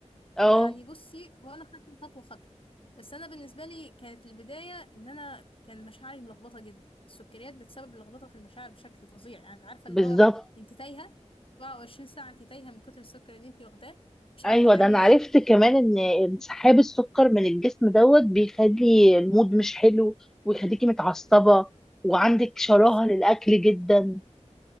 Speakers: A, in the centre; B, on the left.
A: اه
B: يعني بصي هو انا خدت خطوه خطوه بس انا بالنسبه لي كانت البدايه ان انا كان مشاعري ملخبطه جدا السكريات بتسبب لخبطه في المشاعر بشكل فظيع يعني عارفه
A: بالظبط
B: اللي هو انت تايهه 24 ساعه انت تايهه من كتر السكر اللي انت واخداه مش عارفه
A: ايوه
B: تعملي
A: ده انا عرفت
B: ايه
A: كمان ان انسحاب السكر من الجسم دوت بيخلي المود مش حلو ويخليكي متعصبه وعندك شراهه
B: بالظبط
A: للاكل جدا